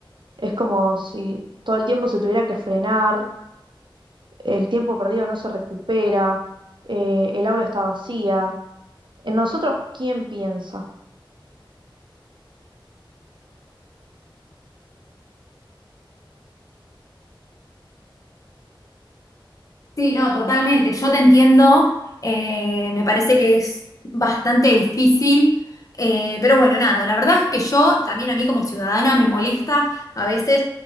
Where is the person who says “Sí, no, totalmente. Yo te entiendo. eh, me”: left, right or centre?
Left